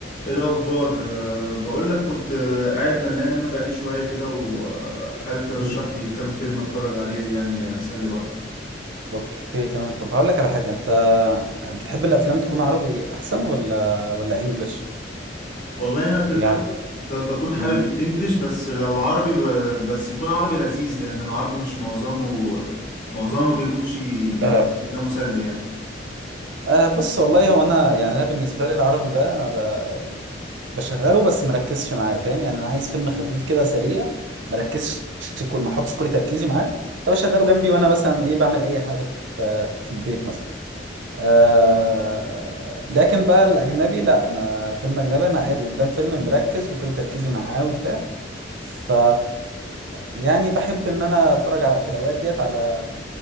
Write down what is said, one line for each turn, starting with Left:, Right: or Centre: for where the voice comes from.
Left: ايه الاخبار أه بقول لك كنت آه، قاعد ملان انا بقالي شويه كده وحابب ترشح
Right: مم.
Left: لي كام فيلم اتفرج عليه يعني آه، اسلي وقتي
Right: اوكي تمام طب هقول لك على حاجه انت بتحب الافلام تكون عربي احسن ولا ولا انجلش
Left: والله انا في الاغلب
Right: يعني
Left: ب- بكون حابب
Right: مم.
Left: الانجليش بس لو عربي ب- بس يكون عربي لذيذ لان العربي مش معظمه معظمه ما بيكونش الى
Right: آه
Left: حد ما مسلي يعني
Right: آه، بص والله هو انا يعني انا بالنسبه لي العربي ده انا ب... بشغله بس مركزش معاه فاهم يعني انا عايز فيلم خفيف كده سريع مركزش كل ما احطش كل تركيزي معاه فبشغله جنبي وانا مثلا ايه بعمل اي حاجه في في البيت مثلا آه لكن بقى الاجنبي لا انا فيلم اجنبي انا قاعد قدام فيلم مركز وكل تركيزي معاه وبتاع ف يعني بحب ان انا اتفرج على- في الاوقات ديت على